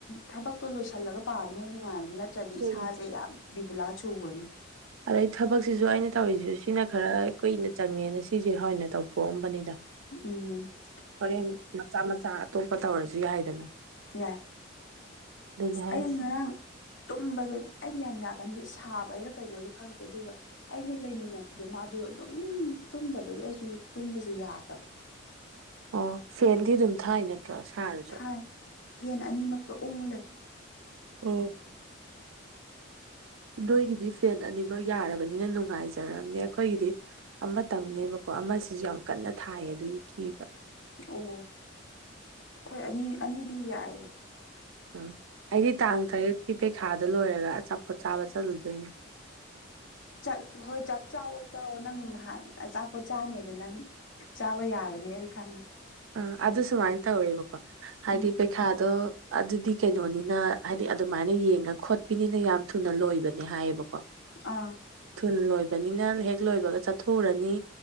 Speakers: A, on the left (about 70°); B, on the right (about 80°).
A: ꯊꯕꯛꯇꯣ ꯂꯣꯏꯁꯤꯜꯂꯒ ꯄꯥꯕꯅꯦ ꯅꯨꯡꯉꯥꯏꯕ ꯅꯠꯇꯦ ꯅꯠꯇ꯭ꯔꯗꯤ ꯏꯁꯥꯁꯦ
B: ꯎꯝ
A: ꯌꯥꯝ ꯕꯤꯕꯨꯂꯥ ꯆꯨꯕꯅꯤ
B: ꯑꯗꯩ ꯊꯕꯛꯁꯤꯁꯨ ꯑꯩꯅ ꯇꯧꯔꯤꯁꯤ ꯁꯤꯅ ꯈꯔ ꯀꯨꯏꯅ ꯆꯪꯉꯦꯅ ꯁꯤꯁꯦ ꯍꯅ ꯇꯧꯊꯣꯛꯑꯝꯕꯅꯤꯗ
A: ꯎꯝ
B: ꯍꯣꯔꯦꯟ ꯃꯆꯥ ꯃꯆꯥ ꯑꯇꯣꯞꯄ ꯇꯧꯔꯁꯨ ꯌꯥꯏꯗꯅ
A: ꯌꯥꯏ
B: ꯑꯗꯨꯅ ꯍꯥꯏꯁꯦ
A: ꯑꯩ ꯉꯔꯥꯡ ꯇꯨꯝꯕꯗ ꯑꯩꯗꯤ ꯌꯥꯝ ꯌꯥꯒꯟꯗꯦ ꯁꯥꯕꯩꯔ ꯀꯩꯅꯣꯁꯨ ꯈꯪꯗꯦ ꯑꯗꯨꯒ ꯑꯩꯒꯤ ꯂꯩꯃꯤꯟꯅꯕꯗꯣ ꯃꯥꯗ ꯑꯗꯨꯝ ꯇꯨꯝꯗꯕꯒꯤ ꯑꯩꯁꯨ ꯇꯨꯝꯕꯁꯦ ꯌꯥꯗꯕ
B: ꯑꯣ ꯐꯦꯟꯗꯤ ꯑꯗꯨꯝ ꯊꯥꯏ ꯅꯠꯇ꯭ꯔꯣ ꯁꯥꯔꯁꯨ
A: ꯍꯥꯏ ꯐꯦꯟ ꯑꯅꯤꯃꯛꯇ ꯑꯣꯣꯡ ꯂꯩ <inaudible>
B: ꯑꯣ ꯅꯣꯏꯒꯤꯗꯤ ꯐꯦꯟ ꯑꯅꯤꯃꯛ ꯌꯥꯔꯕꯅꯤꯅ ꯅꯨꯡꯉꯥꯏꯖꯔꯕꯅꯦ ꯑꯩꯈꯣꯏꯒꯤꯗꯤ ꯑꯃꯇꯪꯅꯦꯕꯀꯣ ꯑꯃꯁꯤꯁꯨ ꯌꯥꯝ ꯀꯟꯅ ꯊꯥꯏꯌꯦ ꯑꯗꯨꯒꯤ ꯀꯤꯕ
A: ꯑꯣ ꯍꯣꯏ ꯑꯅꯤ ꯑꯅꯤꯗꯤ ꯌꯥꯏꯌꯦꯦ
B: ꯎꯝ ꯑꯩꯗꯤ ꯇꯥꯡ ꯇꯔꯦꯠꯀꯤ ꯄꯩꯈꯥꯗ ꯂꯣꯏꯔꯒ ꯑꯆꯥꯄꯣꯠ ꯆꯥꯕ ꯆꯠꯂꯨꯗꯣꯏꯅꯦ
A: ꯆꯥꯛ ꯍꯣꯏ ꯆꯥꯛ ꯆꯥꯛꯑꯣꯣ ꯆꯥꯛꯑꯣ ꯅꯪ ꯅꯍꯥꯟ ꯑꯆꯥꯄꯣꯠ ꯆꯥꯅꯦꯗ ꯅꯪ ꯆꯥꯕ ꯌꯥꯔꯅꯤ ꯑꯩ ꯈꯪꯉꯦ
B: ꯑ ꯑꯗꯨ ꯁꯨꯃꯥꯏꯅ ꯇꯧꯋꯦꯕꯀꯣ ꯍꯥꯏꯗꯤ
A: ꯎꯝ
B: ꯈꯥꯗꯣ ꯑꯗꯨꯗꯤ ꯀꯩꯅꯣꯅꯤꯅ ꯍꯥꯏꯗꯤ ꯑꯗꯨꯃꯥꯏꯅ ꯌꯦꯡꯉ ꯈꯣꯠꯄꯤꯅꯤꯅ ꯌꯥꯝ ꯊꯨꯅ ꯂꯣꯏꯕꯅꯦ ꯍꯥꯏꯌꯦꯕ
A: ꯑꯥ
B: ꯊꯨꯟ ꯂꯣꯏꯕꯅꯤꯅ ꯍꯦꯛ ꯂꯣꯏꯕꯒ ꯆꯠꯊꯣꯛꯎꯔꯅꯤ